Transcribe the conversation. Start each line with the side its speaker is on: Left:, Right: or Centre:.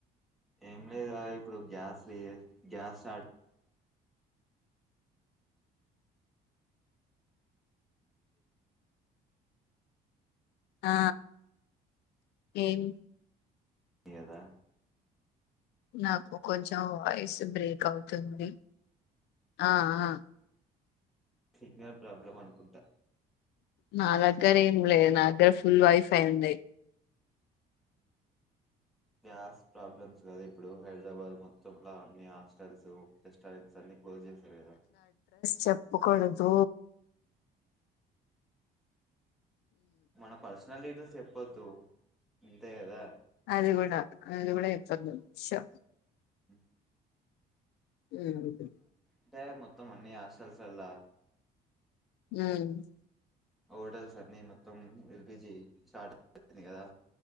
Centre: ఏం లేదు అ ఇప్పుడు గ్యాస్ లెద్ గ్యాస్ స్టార్ట్
Left: ఆ ఏం
Centre: గదా
Left: నాకు కొంచెం వాయిస్ బ్రేక్ అవుతుంది ఆ ఆ
Centre: సిగ్నల్ ప్రాబ్లం అనుకుంటా
Left: నా దగ్గర ఏం లేద్ నాగ్గర ఫుల్ వైఫై ఉంది
Centre: గ్యాస్ ప్రాబ్లమ్స్ గదా ఇప్పుడు హైడ్రాబాద్ మొత్తంల అన్ని హాస్టల్స్ రెస్టారెంట్స్ అన్ని క్లోజ్ జేసర్ గదా
Left: చెప్పుకోడదు
Centre: మన పర్సనల్ డిటెయిల్స్ చేప్పొద్దు ఇంతే గదా
Left: అదిగూడ అదిగూడ ఎప్పద్ షూ
Centre: హ్మ్
Left: ఎందుకు
Centre: అంటే మొత్తం అన్ని హాస్టల్స్ ఓలా
Left: ఉమ్మ్
Centre: హోటల్స్ అన్ని మొత్తం ఎ ల్పి జి షార్టె కదా